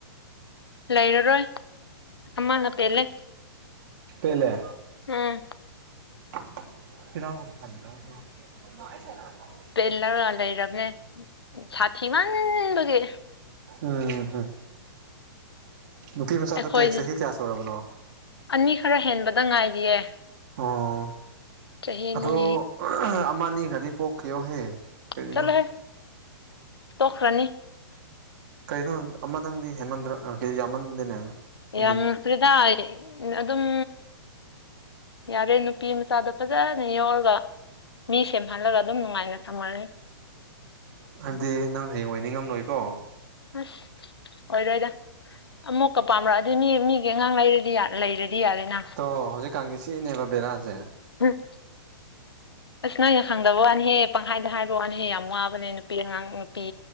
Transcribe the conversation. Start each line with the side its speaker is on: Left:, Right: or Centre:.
Left: ꯂꯩꯔꯔꯣꯏ ꯑꯃꯅ ꯄꯦꯜꯂꯦ
Right: ꯄꯦꯟꯂꯦ
Left: ꯎꯝ
Right: <unintelligible>
Left: ꯄꯦꯜꯂꯒ ꯂꯩꯔꯕꯅꯦ ꯁꯥꯊꯤ ꯃꯥꯟꯕꯒꯤ
Right: ꯎꯝ ꯍꯨ ꯅꯨꯄꯤ ꯃꯆꯥꯗꯣ
Left: ꯑꯩꯈꯣꯏ
Right: ꯀ꯭ꯔꯦꯛ ꯆꯍꯤ ꯀꯌꯥ ꯁꯨꯔꯕꯅꯣ
Left: ꯑꯅꯤ ꯈꯔ ꯍꯦꯟꯕꯗ ꯉꯥꯏꯔꯤꯌꯦ
Right: ꯑꯣ
Left: ꯆꯍꯤꯅꯤ
Right: ꯑꯗꯣ ꯑꯃꯅꯤꯒꯗꯤ ꯄꯣꯛꯈꯤꯌꯣꯍꯦ ꯀꯔꯤꯅꯣ
Left: ꯆꯠꯂꯣꯍꯦ ꯇꯣꯛꯈꯔꯅꯤ
Right: ꯀꯩꯅꯣ ꯑꯃꯗꯪꯗꯤ ꯍꯦꯟꯃꯟꯗ꯭ꯔ ꯑ ꯍꯦ ꯌꯥꯝꯃꯟꯗꯦꯅꯦ ꯍꯥꯏꯗꯤ
Left: ꯌꯥꯝ ꯐ꯭ꯔꯤꯗꯥ ꯑꯗꯨꯝ ꯌꯥꯔꯦ ꯅꯨꯄꯤ ꯃꯆꯥꯗꯣ ꯐꯖꯅ ꯌꯣꯔꯒ ꯃꯤ ꯁꯦꯝꯍꯜꯂꯒ ꯑꯗꯨꯝ ꯅꯨꯡꯉꯥꯏꯅ ꯊꯝꯉꯅꯤ
Right: ꯍꯥꯏꯕꯗꯤ ꯅꯪ ꯍꯌꯦꯡꯋꯤꯏ ꯅꯤꯡꯉꯝꯂꯣꯏꯀꯣ
Left: ꯑꯁ ꯑꯣꯏꯔꯣꯏꯗ ꯑꯃꯨꯛꯀ ꯄꯥꯝꯔꯛꯑꯗꯤ ꯃꯤ ꯃꯤꯒꯤ ꯑꯉꯥꯡ ꯂꯩꯔꯗꯤ ꯂꯩꯔꯗꯤ ꯌꯥꯔꯦꯅ
Right: ꯇꯣ ꯍꯧꯖꯤꯛꯀꯥꯟꯒꯤ ꯁꯤꯅꯦꯕ ꯕꯦꯔꯥꯖꯦ
Left: <unintelligible> ꯑꯁ ꯅꯣꯏꯅ ꯈꯪꯗꯕ ꯋꯥꯅꯤꯍꯦ ꯄꯪꯍꯥꯏꯗ ꯍꯥꯏꯕ ꯋꯥꯅꯤꯍꯦ ꯌꯥꯝ ꯋꯥꯕꯅꯦ ꯅꯨꯄꯤ ꯑꯉꯥꯡ ꯅꯨꯄꯤ